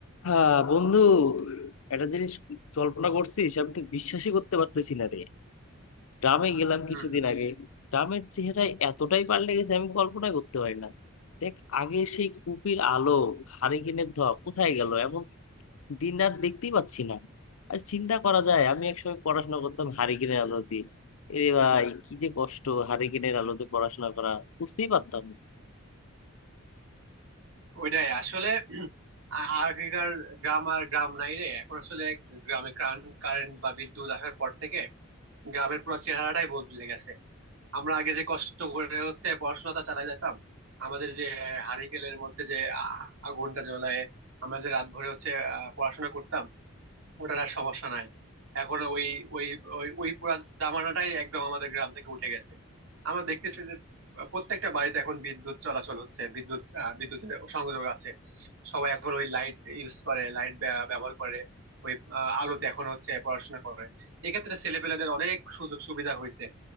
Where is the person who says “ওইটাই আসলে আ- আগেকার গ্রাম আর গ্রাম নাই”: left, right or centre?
Right